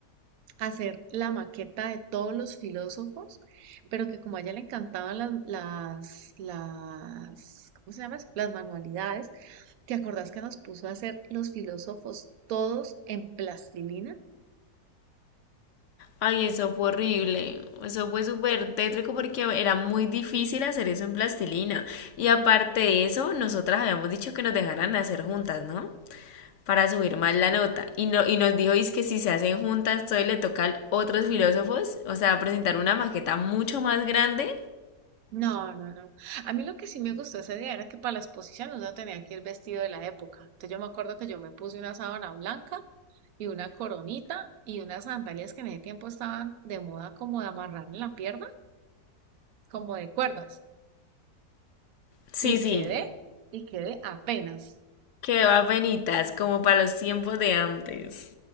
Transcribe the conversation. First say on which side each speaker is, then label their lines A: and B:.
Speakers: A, on the right; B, on the left.
A: hacer la maqueta de todos los filósofos, pero que como a ella le encantaban las, las, las, ¿cómo se llama eso? Las manualidades, ¿te acordás que nos puso a hacer los filósofos todos en plastilina?
B: Ay, eso fue horrible. Eso fue súper tétrico porque era muy difícil hacer eso en plastilina. Y aparte de eso, nosotras habíamos dicho que nos dejaran hacer juntas, ¿no? para subir más la nota. Y, no, y nos dijo es que si se hacen juntas, todo le toca a otros filósofos, o sea, presentar una maqueta mucho más grande.
A: No, no, no. A mí lo que sí me gustó ese día era que para las posiciones uno tenía que ir vestido de la época. Entonces yo me acuerdo que yo me puse una sábana blanca y una coronita y unas sandalias que en ese tiempo estaban de moda como de amarrar en la pierna, como de cuerdas.
B: Sí,
A: Y
B: sí,
A: quedé, y quedé apenas.
B: que va penitas, como para los tiempos de antes.